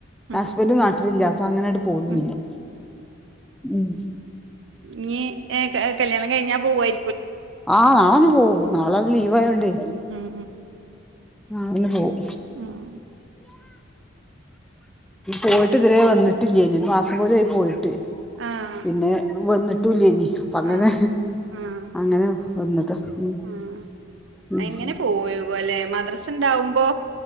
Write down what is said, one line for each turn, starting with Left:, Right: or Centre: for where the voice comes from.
Right: ഉം
Centre: ഹസ്ബന്റ് നാട്ടിലില്ല അപ്പൊ അങ്ങനെങ്ങട്ട് പോന്നു
Right: ഉം
Centre: പിന്നെ ഉം
Right: ഇഞ് ഏ ക കല്യാണം കഴിഞ്ഞാ പോവായി
Centre: ആഹ് നാളന്നെ പോവും നാളെ ഒന്ന് ലീവ് ആയോണ്ടേ
Right: ഉം
Centre: നാളെന്നെ പോവും.
Right: ആഹ്
Centre: പോയിട്ട് ഇതരെ വന്നിട്ടില്ലെനു ഒരു മാസം പോലും ആയി പോയിട്ട്
Right: ആഹ്
Centre: പിന്നെ വന്നിട്ടുല്ലേനി അപ്പ അങ്ങനെ
Right: ആഹ് ആഹ്
Centre: അങ്ങനെ വന്നതാ ഉം
Right: ആഹ്
Centre: ഉം
Right: എങ്ങനെ പോകും ലെ മദ്രസ ഉണ്ടാവുമ്പോ